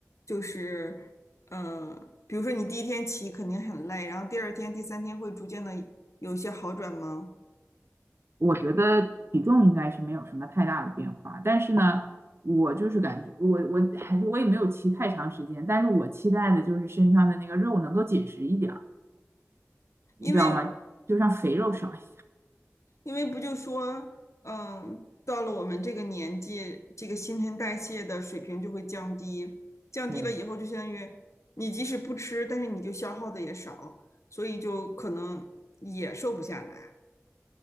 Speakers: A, on the left; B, on the right.
A: 就是呃，比如说你第一天骑肯定很累，然后第二天、第三天会逐渐的有一些好转吗？
B: 我觉得体重应该是没有什么太大的变化，但是呢，我就是感觉我我还是我也没有骑太长时间，但是我期待的就是身上的那个肉能够紧实一点儿，你知道吗？
A: 因为
B: 就让肥肉少一点
A: 因为不就说，嗯，到了我们这个年纪，这个新陈代谢的水平就会降低，降低了以后就相当于你即使不吃，
B: 对，
A: 但是你就消耗的也少，所以就可能也瘦不下来。